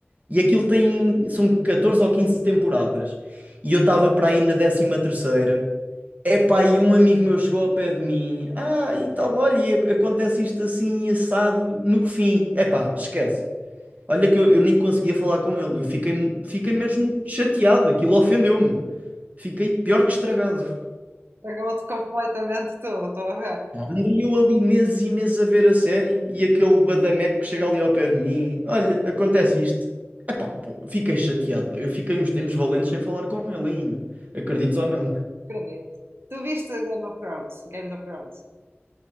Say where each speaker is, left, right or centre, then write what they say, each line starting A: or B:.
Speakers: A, on the right; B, on the right.
A: E aquilo tem. São 14 ou 15 temporadas. E eu estava para aí na décima terceira. Epá, e um amigo meu chegou ao pé de mim. Ah, e tal, olha, e ac- acontece isto assim, assado, no fim. Epá, esquece. Olha que eu, eu nem conseguia falar com ele. Eu fiquei, fiquei mesmo chateado. Aquilo ofendeu-me. Fiquei pior que estragado.
B: Pagou-te completamente tudo, estou a ver.
A: Andei eu ali meses e meses a ver a série e aquele badameco que chega ali ao pé de mim. Olha, acontece isto. Epá, pô, fiquei chateado. pá. Eu fiquei uns tempos valentes sem falar com ele ainda. Acredites ou não?
B: Acredito. Tu viste Game of Thrones? Games of Thrones?